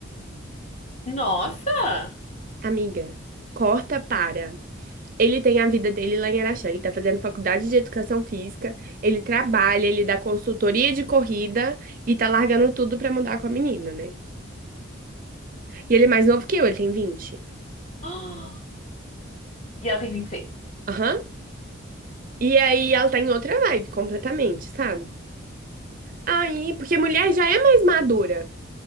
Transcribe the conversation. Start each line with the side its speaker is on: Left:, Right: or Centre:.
Left: Nossa! <gasps>
Right: Amiga, corta para. Ele tem a vida dele lá em Araxá. Ele tá fazendo faculdade de educação física, ele trabalha, ele dá consultoria de corrida e tá largando tudo pra mudar com a menina, né? E ele é mais novo que eu, ele tem vinte.
Left: Ah! E ela tem vinte e seis.
Right: Aham. E aí ela tá em outra vibe completamente, sabe? Aí, porque mulher já é mais madura.